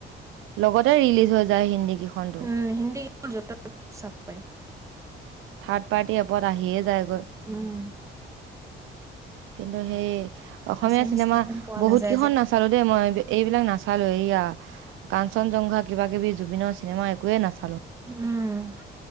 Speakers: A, on the right (about 80°); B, on the right (about 15°).
A: লগতে ৰিলিজ হৈ যায় হিন্দী কেইখনো।
B: উম হিন্দী যত চ পায়।
A: থাৰ্ড পাৰ্টি এপত আহিয়ে যায়গৈ
B: উম,
A: কিন্তু সেই। অসমীয়া
B: আছামিজ
A: চিনেমা
B: কেইখন পোৱা
A: বহুত
B: নাযায়
A: কেইখন
B: যে
A: নাচালো দেই মই। এইবিলাক নাচালোঁ। এইেয়া কাঞ্চনজংঘা কিবা কিবি জুবিনৰ চিনেমা একোৱে নাচাল।
B: উম,